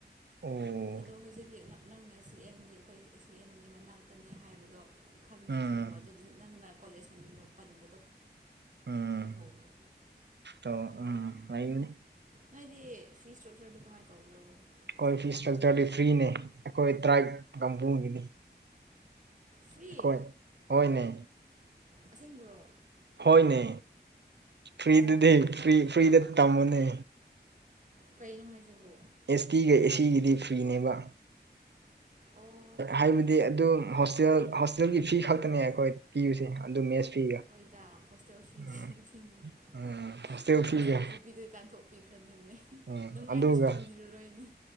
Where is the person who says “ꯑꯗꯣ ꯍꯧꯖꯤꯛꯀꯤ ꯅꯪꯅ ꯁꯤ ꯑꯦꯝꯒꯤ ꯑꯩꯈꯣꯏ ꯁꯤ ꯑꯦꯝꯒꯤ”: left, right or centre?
Right